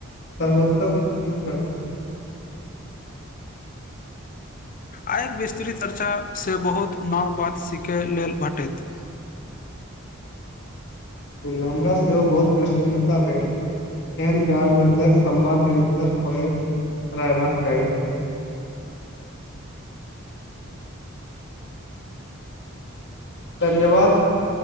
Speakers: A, on the left; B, on the left.
A: सर्वोत्तम उपयोग करत
B: आय विस्तृत चर्चा से बहुत नाव बात सीखय लेल भेटैत
A: गुलनमरा सेहो बहुत प्रसन्नता भेल एहन ज्ञानवर्धक सम्मान निरन्तर पेर परेबाक चाही धन्यवाद